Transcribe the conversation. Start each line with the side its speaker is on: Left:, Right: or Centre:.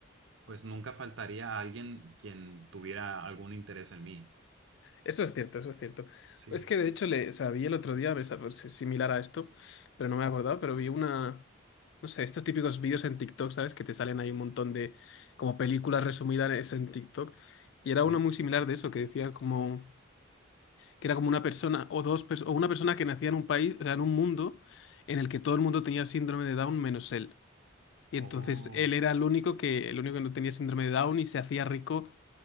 Right: pues nunca faltaría alguien quien tuviera algún interés en mí.
Left: Eso es cierto, eso es cierto.
Right: Sí,
Left: Es que de hecho le, o sea, vi el otro día, me sa- pues, similar a esto, pero no me he acordado, pero vi una... no sé, estos típicos vídeos en TikTok, ¿sabes? Que te salen ahí un montón de como películas resumidas en TikTok. Y era
Right: sí.
Left: uno muy similar de eso, que decía como que era como una persona o dos pers- o una persona que nacía en un país, o sea, en un mundo en el que todo el mundo tenía síndrome de Down menos él. Y entonces
Right: Oh,
Left: él era el único que el único que no tenía síndrome de Down y se hacía rico.